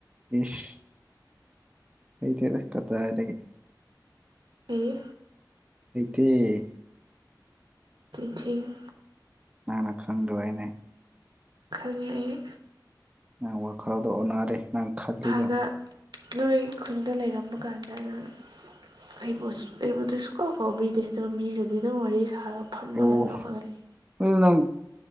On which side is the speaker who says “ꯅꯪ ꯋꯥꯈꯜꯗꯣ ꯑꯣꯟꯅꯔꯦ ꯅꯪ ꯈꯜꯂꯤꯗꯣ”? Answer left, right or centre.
Right